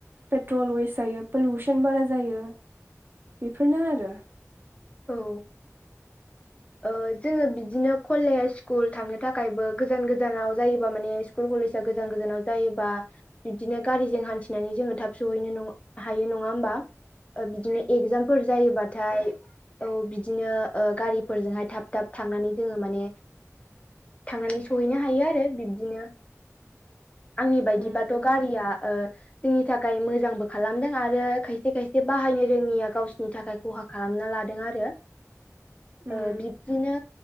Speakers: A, on the right; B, on the left.
A: पेट्रल वेस्ट जायो पलिउसन बारा जायो बेफोरनो आरो।
B: औ ओ जोङो बिदिनो कलेज स्कुल थांनो थाखायबो गोजान गोजानाव जायोबा माने स्कुल कलेजा गोजान गोजानाव जायोबा बिदिनो गारिजों हान्थिनानै जोङो थाब सहैनो नङ हायो नङा होमबा बिदिनो एगजामफोर जायोबाथाय औ बिदिनो गारि फोरजों हाय थाब थाब थांनानै जोङो माने थांनानै सहैनो हायो आरो बिब्दिनो। आंनि बायदिबाथ'
A: उम
B: गारिया ओ जोंनि थाखाय मोजांबो खालामदों आरो खायसे खायसे बाहायनो रोङिया गावसिनि थाखाय खहा खालामना लादों आरो।
A: <inaudible> उम
B: ओ बिब्दिनो